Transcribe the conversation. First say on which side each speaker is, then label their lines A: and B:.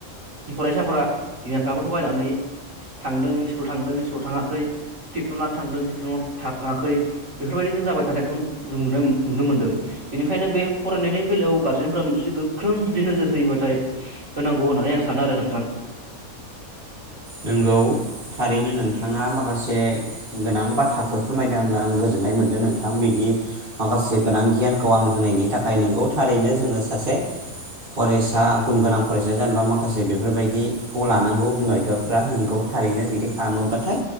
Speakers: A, on the right (about 55°); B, on the right (about 40°).
A: फरायसाफोरा बिमा बिफायाबो थगायनानै थांदों स्कुल थांदों स्कुल थाङाखै टिउसन लानो थांदों टिउसनाव थाङाखै बेफोरबायदि जों जाबाय थानायखौ जों नुनो नुनो मोन्दों बेनिखायनो बे फरायनायनि बेलायाव गारजेनफोरा जुदि गोख्रों जुदि नोजोर होयोबाथाय होनांगौ होननानै आं सानो आरो नोंथां।
B: नोंगौ थारैनो नोंथाङा माखासे गोनां बाथ्राखौ फोरमायदों आंनो आं गोजोननाय मोनदों नोंथां बिदि माखासे गोनां गियानखौ आंनो होनायनि थाखाय नोंगौ थारैनो जोङो सासे फरायसा गुन गोनां फरायसा जानोबा माखासे बेफोर बायदिखौ लानांगौ बिमा बिफा। फ्रा नोंगौ थारैनो बिदि खालामोबाथाय